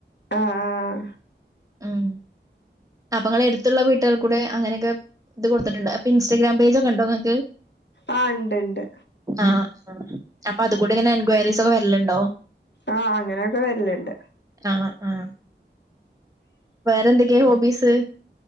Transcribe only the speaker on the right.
ഉം അപ്പ ഇങ്ങളെ എട്ത്ത്ള്ള വീട്ട്കൾ കൂടെ അങ്ങനെയൊക്കെ ഇത് കൊടുത്തിട്ട്ണ്ട് പിൻസ്റ്റഗ്രാം പേജ് ഒക്കെ ഇണ്ടോ ഇങ്ങക്ക്
ആഹ് അപ്പൊ അത് കൂടെ ഇങ്ങനെ എൻക്വയറീസ് ഒക്കെ വര്ല്ണ്ടോ
ആഹ് ആഹ് വേറെ എന്തൊക്കെയോ ഹോബീസ്